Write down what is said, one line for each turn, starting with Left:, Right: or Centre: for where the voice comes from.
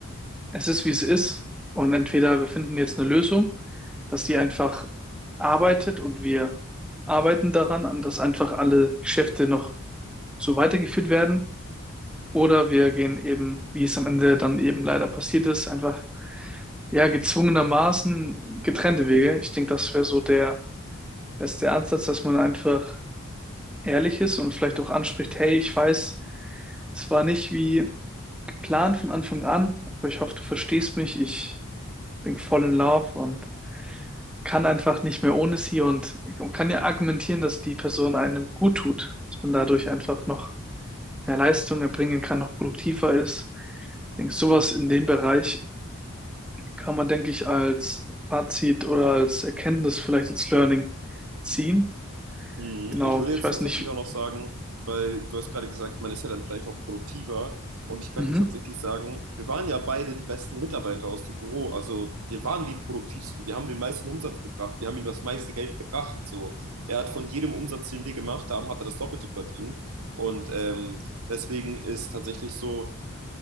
Centre: es ist, wie es ist und entweder wir finden jetzt eine Lösung, dass die einfach arbeitet und wir arbeiten daran, an dass einfach alle Geschäfte noch so weitergeführt werden oder wir gehen eben, wie es am Ende dann eben leider passiert ist, einfach ja gezwungenermaßen getrennte Wege. Ich denke, das wäre so der beste Ansatz, dass man einfach ehrlich ist und vielleicht auch anspricht, hey, ich weiß, es war nicht wie Plan von Anfang an, aber ich hoffe, du verstehst mich. Ich bin voll in Love und kann einfach nicht mehr ohne sie und man kann ja argumentieren, dass die Person einem gut tut, dass man dadurch einfach noch mehr Leistung erbringen kann, noch produktiver ist. Ich denke, sowas in dem Bereich kann man, denke ich, als Fazit oder als Erkenntnis, vielleicht als Learning ziehen.
Right: Mhm.
Centre: Genau,
Right: Ich würde
Centre: ich
Right: jetzt
Centre: weiß
Right: tatsächlich
Centre: nicht.
Right: auch noch sagen, weil du hast gerade gesagt, man ist ja dann vielleicht auch produktiver. Und ich könnte
Centre: Mhm.
Right: tatsächlich sagen, wir waren ja beide die besten Mitarbeiter aus dem Büro. Also wir waren die produktivsten. Wir haben den meisten Umsatz gebracht. Wir haben ihm das meiste Geld gebracht. So, er hat von jedem Umsatz, den wir gemacht haben, hat er das Doppelte verdient. Und ähm, deswegen ist tatsächlich so,